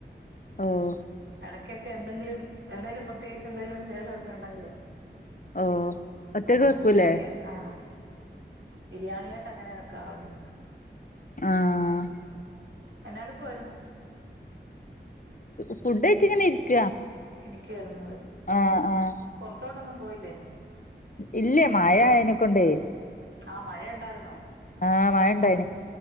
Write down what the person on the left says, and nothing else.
ഓഹ്
ഓ ഒറ്റക്ക്
വെക്കൂലേ
ആഹ്
ഫുഡ് വച്ചിങ്ങനെ ഇരിക്ക
ആഹ് ആഹ്
ഇല്ലേ മായായനെക്കൊണ്ടേ
ആഹ് മായ ഉണ്ടായിനി